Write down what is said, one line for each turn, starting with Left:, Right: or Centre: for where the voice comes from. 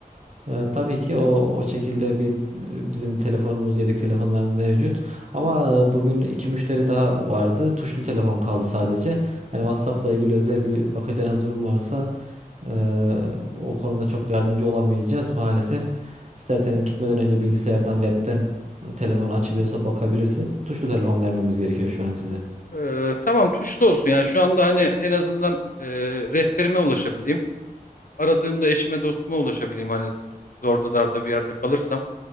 Right: E, tabii ki o o şekilde bir e, bizim telefonumuz yedek telefonlarımız mevcut. Ama e, bugün iki müşteri daha vardı. Tuşlu telefon kaldı sadece. Yani WhatsApp'la ilgili özel bir bakacağınız durum varsa e, o konuda çok yardımcı olamayacağız maalesef. İsterseniz gitmeden önce bilgisayardan, webten e, telefon açılıyorsa bakabilirsiniz. Tuşlu telefon vermemiz gerekiyor şu an size.
Left: E, tamam tuşlu olsun. Yani şu anda hani en azından e, rehberime ulaşabileyim. Aradığımda eşime dostuma ulaşabileyim. Hani zorda darda bir yerde kalırsam.